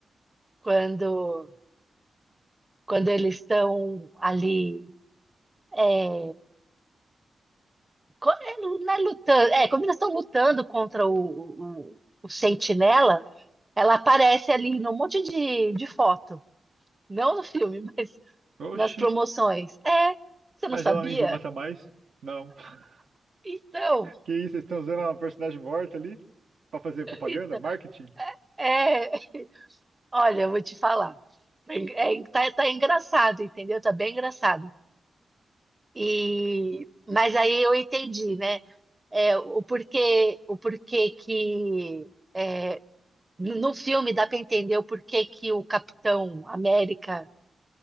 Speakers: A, on the right (about 20°); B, on the right (about 75°).
A: quando, quando eles estão ali. É, co- é, lu- não é lutando, é, quando eles estão lutando contra o, o, o- o Sentinela, ela aparece ali num monte de, de foto. Não no filme, <laughs> mas
B: Oxi,
A: nas promoções. É, você não
B: mas
A: sabia?
B: ela nem viva tá mais? Não. <laughs>
A: Então,
B: Que isso, vocês estão usando uma personagem morta ali pra fazer propaganda,
A: então,
B: marketing?
A: é, olha, eu vou te falar. É, é, tá, tá engraçado, entendeu? Tá bem engraçado. E, mas aí eu entendi, né? É, o porquê, o porquê que é, no no filme dá para entender o porquê que o Capitão América,